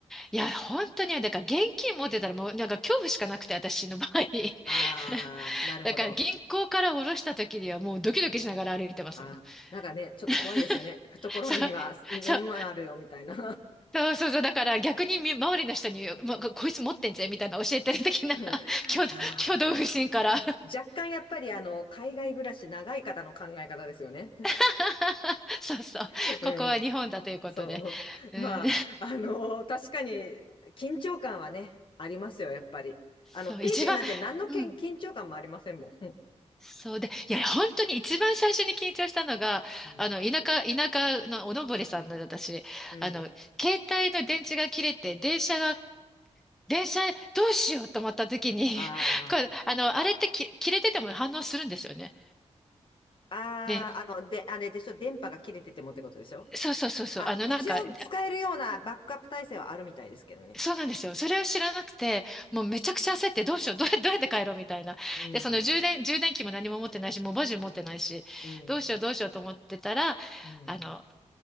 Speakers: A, in the centre; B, on the left.
A: いや、本当にね、だから現金持ってたらもう、なんか恐怖しかなくて、私の場合。<laughs>
B: あー、なるほど。
A: だから銀行から下ろした時にはもうドキドキしながら歩いてますもん。
B: あ、なんかね、ちょっと怖いですよね。
A: <laughs>
B: 懐には年万ああるよ、
A: そう、そう。
B: みたいな。<laughs>
A: そうそうそう。だから逆にみ周りの人に、まこいつ持ってんぜ、みたいな教えてる的な
B: うんあ
A: <laughs> 挙動、
B: あ、
A: 挙動不審から
B: 若干やっぱりあの、海外暮らし長い方の考え方ですよね。
A: <laughs> そうそう。
B: <laughs> うん、
A: ここは日本だということで。
B: そう。
A: うん。
B: まあ、あの、確かに緊張感はね、ありますよ、やっぱり。
A: <laughs> そう、
B: あの、ペイペイなんて何のけん緊張感もありませんもん。
A: 一番、うん。そうで、いや、本当に一番最初に緊張したのが、
B: うん。
A: あの、田舎、田舎のおのぼりさんの私、
B: うん
A: あの、携帯の電池が切れて、電車が、電車どうしようと思った時に、
B: あ
A: これ、あの、あれってき切れてても反応するんですよね。
B: あ、
A: で
B: ああ、あの、で、あれでしょ、電波が切れててもってことでしょ
A: そうそうそうそう。
B: あ、
A: あの、
B: 一応使えるようなバックアップ体制はあるみたいですけどね。
A: なんか、あそうなんですよ。それを知らなくて、もうめちゃくちゃ焦って、どうしよう、どうや、どうやって帰ろうみたいな。
B: うん、
A: で、その充電、充電器も何も持ってないし、モバジュ持ってないし、
B: うん、
A: どうしよう、どうしようと思ってたら、
B: うん。
A: あの、